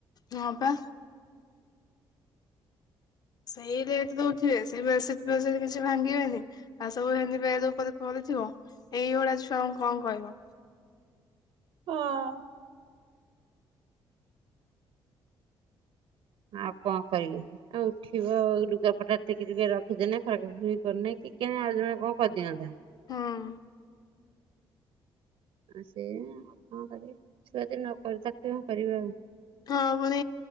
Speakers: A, on the left; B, on the right.
A: ହଁ ପା। ସେଇ ରେଟ ଦୋଉଥିବେ ସେଇ <unintelligible> କିଛି ଭାଙ୍ଗିବେନି। ଏ ସବୁ ହେଇନ୍ତି ବେଡ୍ ଉପରେ ପଡିଥିବ ଏଈ ଭଳିଆ ଛୁଆଙ୍କୁ କଣ କହିବ?
B: ହଁ। ଆଉ କଣ କହିବି, ଆଉ ଉଠିବ ଲୁଗା ପଟା ଟେ କି ଟୁକା ରଖିଦେନେ ସଜା ସୁଜି କରୁନି କି କେ ଆଉ ଜଣ କଣ କରିଦିଅନ୍ତା।
A: ହଁ।
B: ଆଉ ସେୟା ଆଉ କଣ କରିବି ଛୁଆଯଦି ନ କରି <unintelligible>
A: ହଁ, ପୁଣି